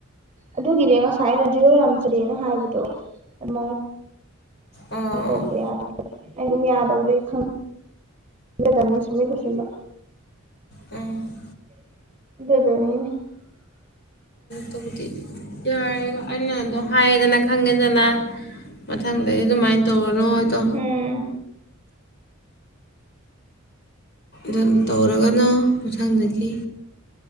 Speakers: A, on the right; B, on the left.
A: ꯑꯗꯨꯒꯤꯅꯦ ꯉꯁꯥꯏ ꯑꯩꯅ ꯖꯤꯔꯣ ꯌꯥꯝ ꯆꯠꯂꯦꯅ ꯍꯥꯏꯕꯗꯣ ꯑꯗꯨ
B: ꯑꯣ
A: ꯇꯧꯕ ꯌꯥ ꯑꯗꯨ ꯑꯩ ꯑꯗꯨꯝ ꯌꯥꯗꯕꯗꯒꯤ ꯈꯪꯖꯗꯅꯤ ꯁꯃ ꯑꯁꯤꯕ
B: ꯎꯝ
A: <unintelligible>
B: ꯇꯗꯤ ꯌꯥꯒ ꯍꯥꯏꯔꯦꯗꯅ ꯈꯪꯉꯦꯗꯅ ꯃꯊꯪꯗꯗꯤ ꯑꯗꯨꯃꯥꯏꯅ ꯇꯧꯔꯅꯣ ꯍꯥꯏꯗꯣ
A: ꯎꯝ
B: ꯗꯟ ꯇꯧꯔꯒꯅꯣ ꯃꯊꯪꯗꯒꯤ